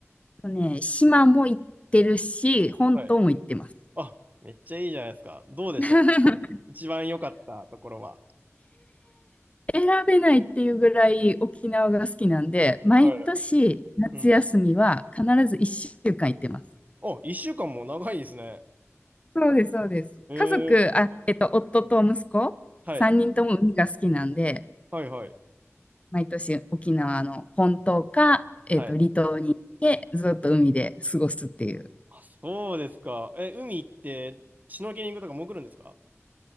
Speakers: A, on the left (about 25°); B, on the right (about 35°).
A: とね、島も行ってるし、本島も行ってます。
B: はい。あ、めっちゃいいじゃないですか。どうでしたか
A: <laughs>
B: 一番良かったところは。
A: 選べないっていうぐらい沖縄が好きなんで、毎年夏休みは必ず1週間行ってます。
B: はい。うん。お、一週間も長いですね。
A: そうです、そうです。
B: えー、
A: 家族、あ、えっと、夫と息子、
B: はい。
A: 3人とも海が好きなんで、
B: はいはい。
A: 毎年沖縄の本島か、えっと、
B: はい。
A: 離島に行ってずっと海で過ごすっていう。
B: あ、そうですか。え、海行って、シュノーケリングとか潜るんですか